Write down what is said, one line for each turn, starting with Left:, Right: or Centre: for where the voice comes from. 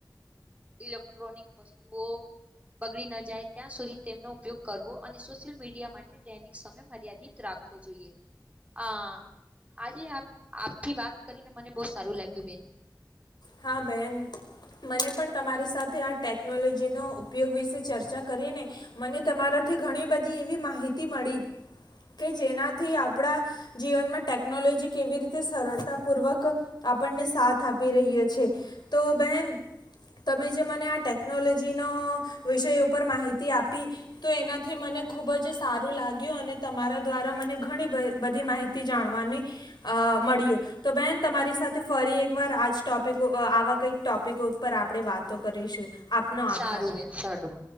Right: ઇલેક્ટ્રોનિક વસ્તુઓ બગડી ન જાય ત્યાં સુધી. તેમનો ઉપયોગ કરવો અને સોશિયલ મીડિયા માટે દૈનિક સમય મર્યાદિત રાખવો જોઈએ. અ આજે આપથી વાત કરીને મને બહ સારું લાગ્યું બેન.
Left: હા બેહેન. મને પણ તમારી સાથે આ ટેકનોલોજીનો ઉપયોગ વિશે ચર્ચા કરીને મને તમારા થી ઘણી બધી એવી માહિતી મળી. કે જેનાથી આપણા જીવનમાં ટેકનોલોજી કેવી રીતે સરળતાપૂર્વક આપણને સાથ આપી રહ્યો છે, તો બહેન તમે જે મને આ ટેકનોલોજીનો વિષય ઉપર માહિતી આપી તો એનાથી મને ખબ જ સારું લાગ્યું અને તમારા દ્વારા મને ઘણી બધી માહિતી જાણવાની મળ્યું તો બેન તમારી સાથે ફરી એકવાર આજ ટોપિક આવા કઈક ટોપિકો ઉપર આપણે વાતો કરીશું. આપનો આભાર
Right: સારું વેન સાડું.